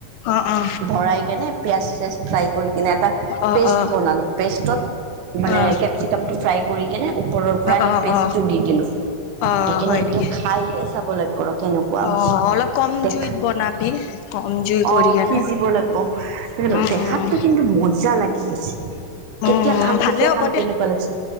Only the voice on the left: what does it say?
অ অ
অ
অ অ
অ
অ
অ অ
অ
হয়
নেকি
অ
অলপ কম
জুইত বনাবি কম জুই কৰি
কেনে
উম
উম
উম,
ভালে
হ'ব
দে।